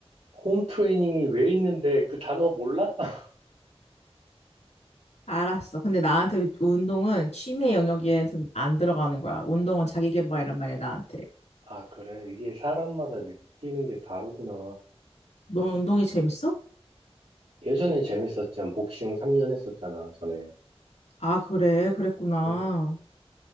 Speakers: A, on the right; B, on the left.
A: 홈 트레이닝이 왜 있는데 그 단어 몰라? <laughs>
B: 알았어. 근데 나한테 운동은 취미 영역에 안 들어가는 거야. 운동은 자기 개발이란 말이야, 나한테.
A: 아, 그래. 이게 사람마다 느끼는 게 다르구나.
B: 넌 운동이 재밌어?
A: 예전엔 재밌었지만 복싱 3년 했었잖아, 전에.
B: 아, 그래. 그랬구나.
A: 응,